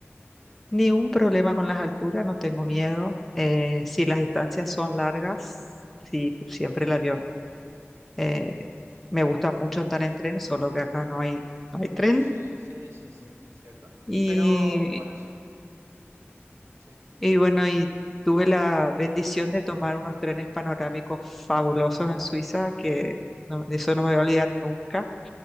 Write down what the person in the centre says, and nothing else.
ni un problema con las alturas, no tengo miedo. Eh, si las distancias son largas, sí, siempre el avión. Eh, me gusta mucho andar en tren, solo que acá no hay, no hay
tren.
Y,
y bueno, y tuve la bendición de tomar unos trenes panorámicos fabulosos en Suiza, que no- de eso no me voy a olvidar nunca.